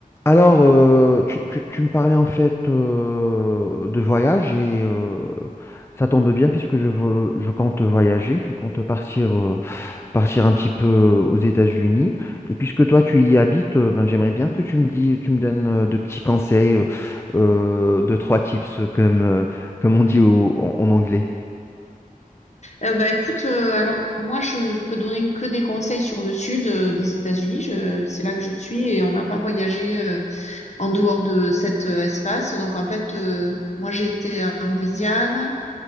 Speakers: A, on the left (about 15°); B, on the left (about 50°).
A: Alors, euh, tu, tu- tu me parlais en fait euh, de voyage et euh, ça tombe bien puisque je, veux- je compte voyager, je compte partir, euh, partir un petit peu aux États-Unis. Et puisque toi tu y habites, euh, ben, j'aimerais bien que tu me dis, tu me donnes euh, de petits conseils, euh, euh, deux, trois tips euh, comme, euh, comme on dit au- en, en anglais.
B: Euh, bah écoute, euh, alors moi je peux donner que des conseils sur le sud euh, des États-Unis. Je- C'est là que je suis et on n'a pas voyagé euh, en dehors de cet euh, espace. Donc en fait, euh, moi j'ai été en Louisiane,